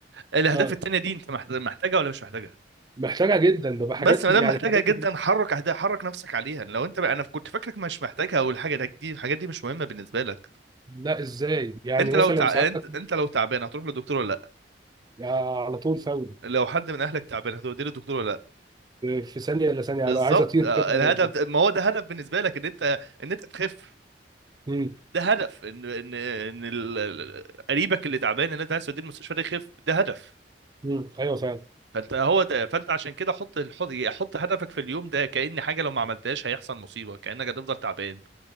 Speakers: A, on the right; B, on the right.
A: الاهداف
B: <laughs> آه،
A: التانية دي انت محت- محتاجها ولا مش محتاجها
B: محتاجة جدا ببقى
A: بس
B: حاجات
A: ما
B: كده-
A: دام
B: يعني
A: محتاجها
B: حاجات
A: جدا حرك أهدا- حرك نفسك عليها لو انت بقى انا كنت فاكرك مش محتاجها او الحاجه ده دي الحاجات دي مش مهمه بالنسبه لك
B: لا ازاي يعني
A: انت لو
B: مثلا
A: تع...
B: ساعات
A: انت...
B: أكون-
A: انت لو تعبان هتروح للدكتور ولا
B: يعني على طول فوري
A: لا لو حد من اهلك تعبان هتوديه للدكتور ولا لا
B: في ثانيه الا ثانيه
A: بالظبط
B: هبقى عايز اطير
A: آه،
B: كده
A: الهدف ده- ما هو ده هدف بالنسبه لك ان انت ان انت تخف
B: امم
A: ده هدف ان ان ان ال... ال- قريبك اللي تعبان ان انت عايز توديه المستشفى ده يخف ده هدف
B: امم ايوه فعلا
A: فانت هو ده فانت عشان كده حط حط حط هدفك في اليوم ده كأن حاجه لو ما عملتهاش هيحصل مصيبه كأنك هتفضل تعبان